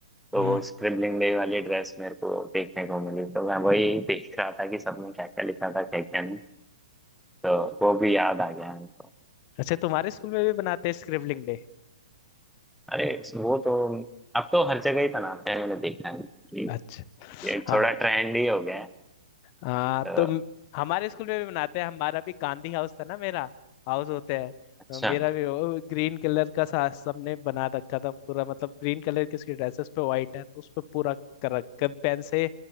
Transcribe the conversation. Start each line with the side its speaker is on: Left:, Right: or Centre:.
Centre: तो
Left: हम्म
Centre: वो स्क्रिबलिंग डे वाली ड्रेस मेरे को देखने को मिली तो मैं वही देख रहा था कि सबने क्या क्या लिखा था क्या क्या नहीं तो वो भी याद आ गया हमको
Left: अच्छा तुम्हारे स्कूल में भी बनाते हैं स्क्रिबलिंग डे
Centre: अरे वो तो अब तो हर जगह ही बनाते हैं मैंने देखा है कि
Left: अच्छा
Centre: ये
Left: हाँ
Centre: थोड़ा ट्रेंड ही हो गया है
Left: हाँ
Centre: तो
Left: तो म- हमारे स्कूल में भी मनाते हैं हमारा भी गांधी हाउस था ना मेरा हाउस होता है
Centre: अच्छा
Left: तो मेरा भी वो ग्रीन कलर का सा सबने बना रखा था पूरा मतलब ग्रीन कलर की उसकी ड्रेस उस पे व्हाइट है तो उस पे पूरा कर रखा पेन से